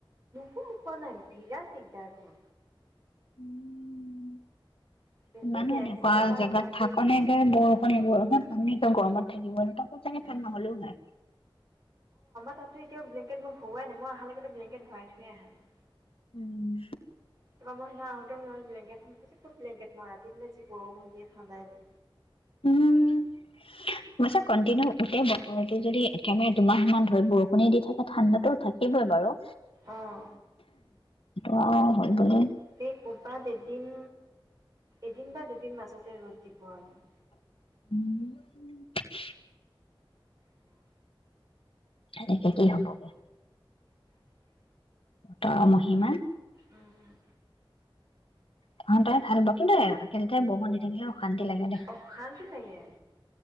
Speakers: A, on the right; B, on the left.
A: উম মোক কোৱা নাই বিৰাট দিগদাৰ দেই
B: উম
A: বেলেগ
B: ইমানো এনেকুৱা
A: এক্সট্ৰা এটা
B: জেগাত
A: ৰুম লাগেই
B: থাক
A: মানে।
B: নেকে বৰষুণ এনেকে আমি এতিয়া গৰমত থাকিব নোৱাৰো কাপোৰ থাকিলে
A: উম,
B: ফেন নহলেও হয়
A: তহতি এতিয়া ব্লেংকেট নো ভৰোৱাই নাই মই অহালৈকে নো ব্লেংকেট ভৰাই থৈ আহো তাৰ
B: উম।
A: পৰা মই সেইদিনা আহোতে বুলো ব্লেংকেট খনবোলো কত ব্লেংকেট মৰা ৰাতি বোলে যি বৰষুণ দিয়ে ঠাণ্ডাই লাগে
B: উম গছে কণ্টিনিউ উটে বতৰটো যদি একেবাৰে দুমাহমান ধৰি বৰষুণে দি থাকে ঠাণ্ডাতো থাকিবই বাৰু
A: অহ
B: অ হৈ গলে
A: সেই কৰবাত এদিন এদিন বা দুদিন মাজতে ৰ'দ দিব আৰু মানে
B: উম <unintelligible>
A: বা
B: এনেকে কি হ'বগে
A: তাকে
B: তাৰ মাহিমা
A: উম।
B: তহঁতে ভাল <unintelligible> লাগে দে।
A: অশান্তি লাগে।